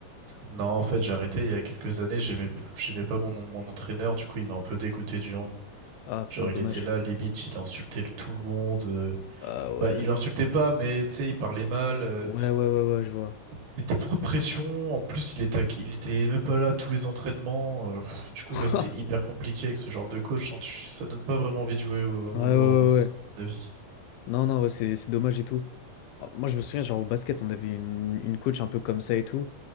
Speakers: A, on the right (about 70°); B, on the left (about 80°).
A: Non, en fait, j'ai arrêté il y a quelques années. J'aimais, p- j'aimais pas mon, mon entraîneur. Du coup, il m'a un peu dégoûté du hand.
B: Ah putain,
A: Genre, il
B: dommage.
A: était là, limite, il insultait le- tout le monde. euh.
B: Ah ouais.
A: Bah, il insultait pas, mais tu sais, il parlait mal. euh.
B: Ouais, ouais, ouais, ouais, je vois.
A: Il mettait trop de pression. En plus, il était, il était même pas là à tous les entraînements. euh. Pff, du coup,
B: <laughs>
A: ouais, c'était hyper compliqué avec ce genre de coach. hein. Tu- Ça donne pas vraiment envie de jouer au,
B: Ouais, ouais,
A: au
B: ouais,
A: hand, hein, c'est
B: ouais.
A: mon avis.
B: Non, non, ouais, c'est c'est dommage et tout. Ah, Moi, je me souviens, genre au basket, on avait une, une coach un peu comme ça et tout.